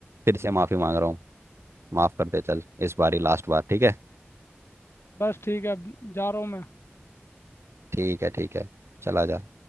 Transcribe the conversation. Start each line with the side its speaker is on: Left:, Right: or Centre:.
Right: फिर से माफी मांग रहा हूँ माफ कर दे चल इस बार ही लास्ट बार ठीक है
Left: बस ठीक है अब जा रहा हूँ मैं
Right: ठीक है ठीक है चला जा